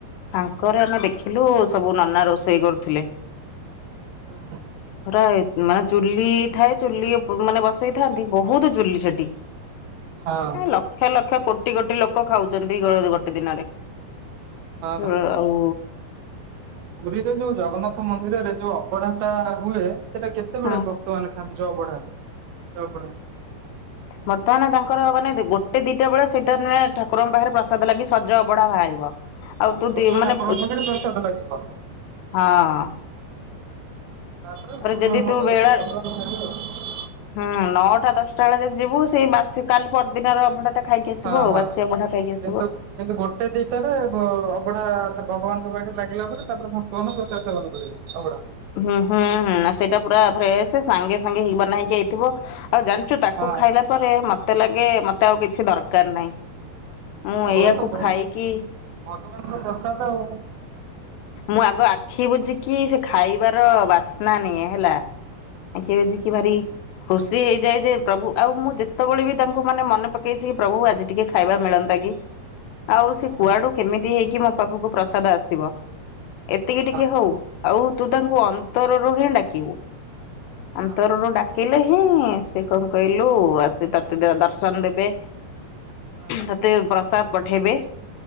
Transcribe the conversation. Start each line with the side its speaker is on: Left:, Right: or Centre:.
Left: ଫାଙ୍କରେ ଆମେ ଦେଖିଲୁ ସବୁ ନନା ରୋଷେଇ କରୁଥିଲେ।
Right: ହୁଁ।
Left: ପୁରା ଏତ ମାନେ ଚୁଲି ଥାଏ ଚୁଲି ଉ ମାନେ ବସେଇଥାନ୍ତି ବହୁତ୍ ଚୁଲି ସେଠି।
Right: ହଁ।
Left: ଏ ଲକ୍ଷ ଲକ୍ଷ କୋଟି କୋଟି ଲୋକ ଖାଉଛନ୍ତି ଗୋ ଗୋଟେ ଦିନରେ <unintelligible>
Right: ହଁ।
Left: ହଉ
Right: ପୁରୀରେ ଯୋଉ ଜଗନ୍ନାଥ ମନ୍ଦିରରେ ଯୋଉ ଅବଢା ଟା ହୁଏ ସେଟା କେତେବେଳେ
Left: ହଁ।
Right: ଭ କ୍ତ ମାନେ ଖାଆନ୍ତି ଯୋଉ ଅବଢା ସେ ଅବଢା।
Left: ବର୍ତ୍ତମାନ ତାଙ୍କର ମାନେ ଦେ ଗୋଟେ ଦିଟା ବେଳେ ସେଇଟା ନେ ଠାକୁରଙ୍କ ପାଖରେ ପ୍ରସାଦ ଲାଗି ସଜ ଅବଢା ବାହାରିବ। ଆଉ
Right: ହଁ
Left: ତୁ
Right: ପ୍ରଥମେ
Left: ଦି ମାନେ
Right: ଠାକୁରଙ୍କ ପାଖରେ ପ୍ରସାଦ ଲାଗିବ।
Left: ହଁ।
Right: ତାପରେ ଭକ୍ତ
Left: ଯଦି
Right: ମାନଙ୍କ
Left: ତୁ
Right: ପାଖରେ
Left: ବେଳା
Right: <unintelligible> ଲାଗେ ଆଉ।
Left: ହୁଁ ନଅଟା ଦଶଟା ବେଳେ ଯଦି ଯିବୁ ସେଇ ବାସି କାଲି ପରଦିନର ଅଭଡା ଟା ଖାଇକି ଆସିବୁ
Right: ହଁ
Left: ଆଉ
Right: ହଁ
Left: ବାସି ଅବଢା ଖାଇକି ଆସ
Right: କିନ୍ତୁ କିନ୍ତୁ ଗୋ ଗୋଟେ ଦିଟାରେ ବ ଅଭଡା ଠା ଭଗବାନଙ୍କ ପାଖରେ ଲାଗିଲା ପରେ ତାପରେ ଭକ୍ତ ମାନେ ପ୍ରସାଦ ସେବନ କରିବେ ଅବଡା।
Left: ହୁଁ ହୁଁ ହୁଁ ଆଉ ସେଇଟା ପୁରା ଫ୍ରେଶେ ସାଙ୍ଗେ ସାଙ୍ଗେ ହେଇ ବନା ହେଇକି ଆଇଥିବ ଆଉ ଜାଣି ଚୁ ତାକୁ
Right: ହଁ
Left: ଖାଇଲା ପରେ ମତେ ଲାଗେ ମତେ ଆଉ କିଛି ଦରକାର୍ ନାହିଁ। ମୁଁ ଏଇଆକୁ
Right: ଅବଢା ତ ବହୁତ
Left: ଖାଇକି
Right: ଭଗବାନଙ୍କ ପ୍ରସାଦ ଆଉ।
Left: ମୁଁ ଆଗ ଆଖି ବୁଜିକି ସେ ଖାଇବାର ବାସ୍ନା ନିଏ ହେଲା। ଆଖି ବୁଜିକି ଭାରି ଖୁସି ହେଇଯାଏ ଯେ ପ୍ରଭୁ ଆଉ ମୁଁ ଯେତେବେଳେ ବି ତାଙ୍କୁ ମାନେ ମନେ ପକେଇଛି ପ୍ରଭୁ ଆଜି ଟିକେ ଖାଇବା ମିଳନ୍ତା କି? ଆଉ
Right: ହଁ
Left: ସେ କୁଆଡ଼ୁ କେମିତି ହେଇକି ମୋ ପାଖକୁ ପ୍ରସାଦ ଆସିବ। ଏତିକି
Right: ହଁ
Left: ଟିକେ ହଉ ଆଉ ତୁ ତାଙ୍କୁ ଅନ୍ତରରୁ ହିଁ ଡାକିବୁ।
Right: ହଁ
Left: ଅନ୍ତରରୁ ଡାକିଲେ ହିଁ ସେ କଣ କହିଲୁ ଆସି ତତେ ଦର୍ଶନ ଦେବେ।
Right: ହଁ ହଁ
Left: ମତେ ପ୍ରସାଦ ପଠେଇବେ।